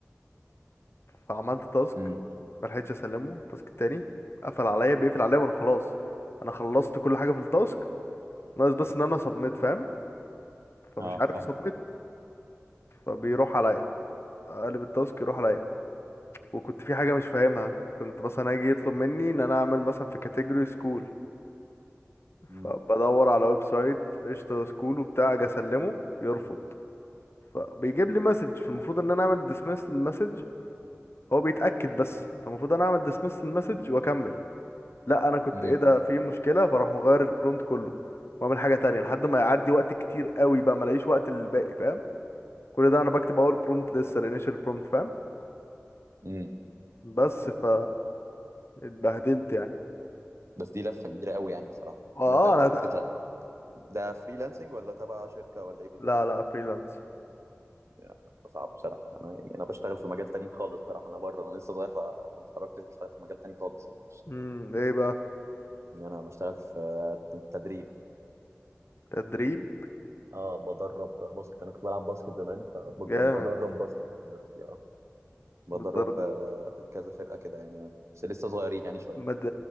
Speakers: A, on the left; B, on the right.
A: فعملت تاسك
B: امم
A: ملحقتش اسلمه التاسك التاني قفل عليا بيقفل عليا وانا خلاص انا خلصت كل حاجه في التاسك ناقص بس ان انا سبميت فاهم فمش
B: اه
A: عارف
B: فاهمك
A: اسبميت فبيروح عليا اقلب التاسك يروح عليا وكنت في حاجه مش فاهمها كنت مثلا اجي يطلب مني ان انا اعمل مثلا في كاتيجوري سكول
B: امم
A: فبدور على ويب سايت قشطه سكول وبتاع اجي اسلمه يرفض فبيجيب لي مسج فالمفروض ان انا اعمل ديسمس للمسج هو بيتاكد بس فالمفروض انا اعمل ديسمس للمسج واكمل لا انا كنت
B: امم
A: ايه ده في مشكله فراح مغير البرومت كله واعمل حاجه تانية لحد ما يعدي وقت كتير قوي بقى ما الاقيش وقت للباقي فاهم كل ده انا بكتب اول برومت لسه الانيشال برومت فاهم
B: امم
A: بس ف اتبهدلت يعني
B: بس دي لفه كبيره قوي يعني بصراحه
A: اه
B: طب انت انت
A: انا
B: كنت
A: ت-
B: شغ... ده فريلانسنج ولا تبع شركه ولا ايه بالظبط
A: لا لا فريلانس
B: يعني صعب بصراحه انا يعني انا بشتغل في مجال تاني خالص بصراحه انا بره انا لسه صغير فما اتخرجتش بشتغل في مجال تاني خالص يعني
A: امم ايه بقى
B: يعني انا بشتغل في تدريب
A: تدريب
B: اه بدرب باسكت انا كنت بلعب باسكت زمان فبدرب
A: جامد
B: باسكت دلوقتي اه بدرب
A: بالدرجه
B: آه، كذا فرقه كده يعني اه بس لسه صغيرين يعني شويه
A: مد...